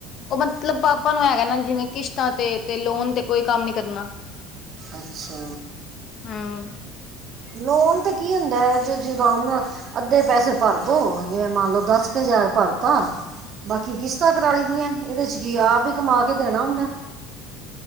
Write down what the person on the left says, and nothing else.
ਉਹ ਮਤਲਬ ਆਪਾ ਨੂੰ ਹੈਗਾ ਨਾ ਜਿਵੇਂ ਕਿਸ਼ਤਾਂ ਤੇ, ਤੇ ਲੋਨ ਤੇ ਕੋਈ ਕੰਮ ਨੀ ਕਰਨਾ।
ਹਮ